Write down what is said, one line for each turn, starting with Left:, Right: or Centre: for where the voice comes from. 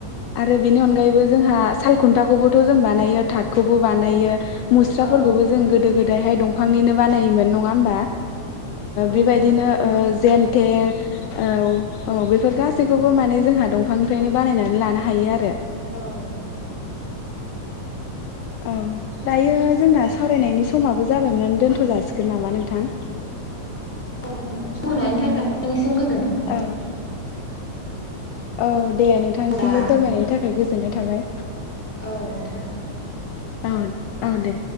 Left: आरो बेनि अनगायैबो जोंहा सालखुन्थाखौबोथ' जों बानायो थाथखौबो बानायो। मुस्राफोरखौबो
Centre: औ
Left: जों गोदो गोदायहाय दंफांनिनो बानायोमोन नङा होमबा?
Centre: औ
Left: बेबायदिनो
Centre: नोंथां औ
Left: जेन्थेर औ औ बेफोर गासैखौबो माने जोंहा दंफांनिफ्रायनो बानायनानै लानो हायो आरो।
Centre: औ नोंथां।
Left: औ दायो जोंना सावरायनायनि समाबो जाबायमोन दोनथ' जाासिगोन नामा नोंथां?
Centre: औ औ सम होनायनि थाखाय नोंसिम गोजोननाय थाबाय
Left: औ
Centre: नोंथां।
Left: औ दे नोंथांसिमबो
Centre: अब्ला
Left: फोरमायनायनि थाखाय गोजोननाय थाबाय।
Centre: औ नोंथां।
Left: औ औ दे।